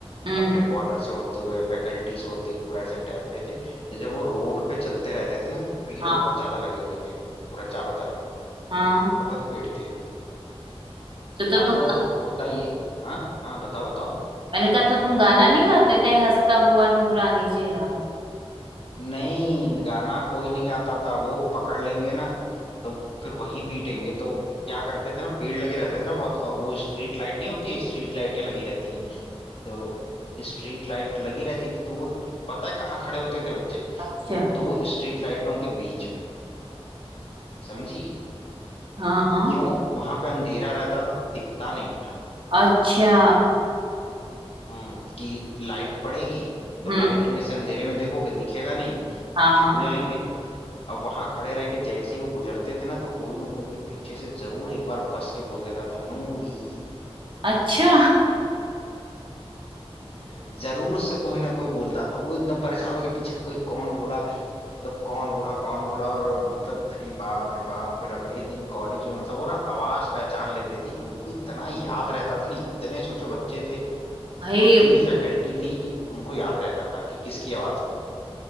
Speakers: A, on the right; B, on the left.
A: हम्म,
B: अपने
A: हम्म,
B: क्वार्टर से होते हुए फैकल्टी से होते हुए पूरा ऐसे टहलते थे तो जब वो रोड पे चलते रहते थे ना तो पेड़
A: हाँ
B: बहुत ज्यादा लगे हुए थे पूरा चारों तरफ
A: हाँ
B: बहुत पेड़ थे
A: तो तब
B: अब
A: तुम
B: होता ये हाँ हाँ बताओ बताओ
A: मैंने कहा तो तुम गाना नहीं गाते थे हंसता हुआ नूरानी चेहरा
B: नहीं गाना कोई नहीं गाता था वो पकड़ लेंगे ना तो फिर वहीं पीटेंगे तो क्या करते थे ना पेड़ लगे रहते थे ना बहुत और वो स्ट्रीट लाइट नहीं होती स्ट्रीट लाइटें लगी रहती हैं तो स्ट्रीट लाइट लगी रहती थी तो वो पता है कहाँ खड़े होते थे बच्चे
A: अच्छा
B: वो दो स्ट्रीट लाइटों के बीच में समझी
A: हाँ हाँ
B: क्यों वहां पे अंधेरा रहता था दिखता नहीं था
A: अच्छा
B: हम्म कि लाइट पड़ेगी तो
A: हम्म
B: लाइट में से अंधेरे में हम्म देखोगे दिखेगा नहीं
A: हाँ
B: छुप
A: हाँ
B: जाएंगे अब वहां खड़े रह के जैसे ही वो गुजरते थे ना तो कोई ना कोई उनके पीछे से जरूर एक बार कस के बोल देता था नूरी
A: अच्छा
B: जरूर से कोई ना कोई बोलता था वो एकदम परेशान होके पीछे कोई कौन बोला तब कौन बोला कौन बोला और मतलब अरे बाप रे बाप फिर अगले दिन कॉलेज में मतलब वो ना आवाज पहचान लेते थे उनको इतना याद रहता था ना इतने सोचो बच्चे थे
A: भाई
B: इतनी फैकल्टी थी उनको याद रहता था कि किसकी आवाज होगी